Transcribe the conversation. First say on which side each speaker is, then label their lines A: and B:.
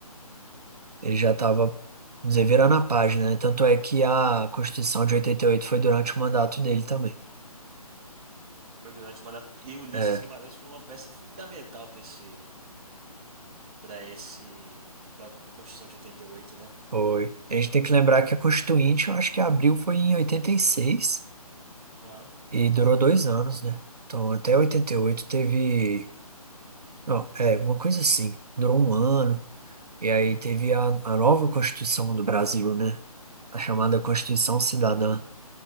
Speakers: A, on the right; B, on the right.
A: Ele já estava deverando a página, né? Tanto é que a Constituição de 88 foi durante o mandato dele também.
B: Foi durante o mandato. E Ulisses
A: É,
B: Guimarães foi uma peça fundamental para esse, para esse, para a Constituição de 88, né?
A: foi. A gente tem que lembrar que a Constituinte, eu acho que abriu foi em oitenta e seis
B: Ah,
A: e durou dois anos, né? Então, até 88 teve. Não, é, uma coisa assim. Durou um ano. E aí teve a, a nova Constituição do Brasil, né? A chamada Constituição Cidadã.